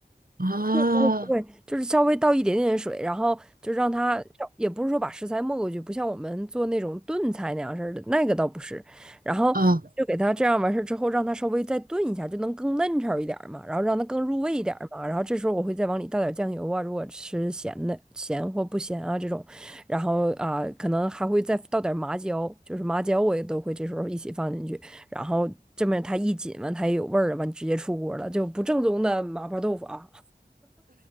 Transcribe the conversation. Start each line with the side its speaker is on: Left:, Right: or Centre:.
Right: 啊啊
Centre: 不会不会，就是稍微倒一点点水，然后就让它，也不是说把食材没过去，不像我们做那种炖菜那样似的，那个倒不是。然后就给它这样完事儿之后，
Right: 啊，
Centre: 让它稍微再炖一下，就能更嫩炒一点儿嘛，然后让它更入味一点儿嘛。然后这时候我会再往里倒点酱油啊，如果吃咸的咸或不咸啊这种，然后啊、可能还会再倒点麻椒，就是麻椒我也都会这时候一起放进去，然后这么它一紧完它也有味儿了，完直接出锅了，就不正宗的麻婆豆腐啊。